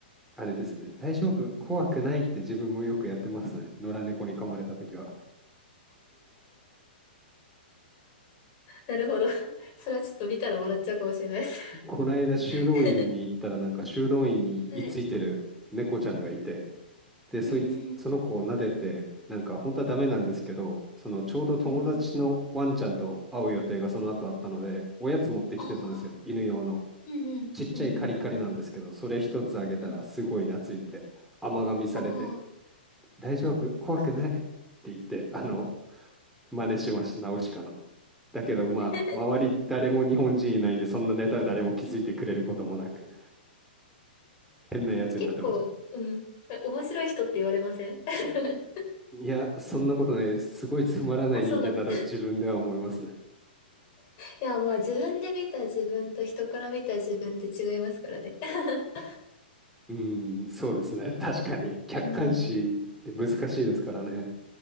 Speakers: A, in the centre; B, on the left.
A: あれですね。大丈夫、怖くないって自分もよくやってますね。野良猫に噛まれた時は。
B: なるほど。それはちょっと見たら笑っちゃうかもしれないです。
A: この間修道院に行ったらなんか修道院に居ついてる猫ちゃんがいて
B: <laughs> はい。
A: でそいつその子を撫でてなんか本当はダメなんですけどそのちょうど友達のワンちゃんと会う予定がその後あったのでおやつ持ってきてたんですよ犬用の
B: うんうん、うんうん。ああ、うんうん、
A: ちっちゃいカリカリなんですけどそれ一つあげたらすごい懐いて甘噛みされて
B: うんうん、うん。おお、あ、
A: 「大丈夫怖くない」って言ってあの
B: かわいい。
A: 真似しましたナウシカの。だけどまあ周り誰も日本人いないんでそんなネタ誰も気づいてくれることもなく。
B: <laughs> うんうん。
A: 変なやつになってました。
B: え結構、うん。え面白い人って言われません <laughs>
A: いや、そんなことねす。ごいつまらない人間だと自分では思いますね。
B: あ、そうなの。<laughs> いや、まあ自分で見た自分と人から見た自分って違いますからね。<laughs>
A: うん、そうですね。確かに。客観視って難しいですからね。
B: うん